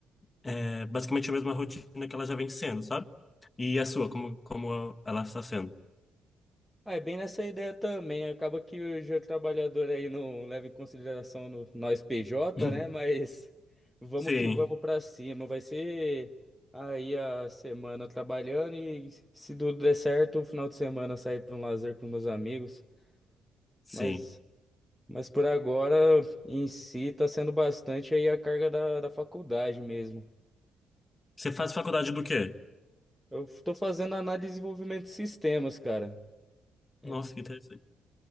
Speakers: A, on the left; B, in the centre.
A: é, basicamente a mesma rotina que ela já vem sendo, sabe? E a sua, como, como ela está sendo?
B: Ah, é bem nessa ideia também. Acaba que hoje o trabalhador aí não leva em consideração no- nós PJ,
A: <laughs>
B: né? Mas <laughs> vamos
A: Sim.
B: que vamos pra cima. Vai ser aí a semana trabalhando e se tudo der certo, o final de semana sair pra um lazer com meus amigos.
A: Sim.
B: Mas mas por agora, em si, tá sendo bastante aí a carga da, da faculdade mesmo.
A: Você faz faculdade do quê?
B: Eu tô fazendo análise e desenvolvimento de sistemas, cara. É,
A: Nossa, que interessante.